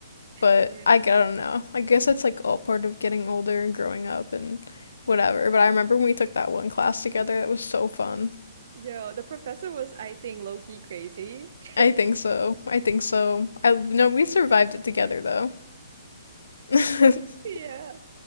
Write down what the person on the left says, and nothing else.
But
I, I don't know. I guess that's like all part of getting older and growing up and whatever. But I remember when we took that one class together. That was so fun.
I think so. I think so. I no, we survived it together though. <laughs>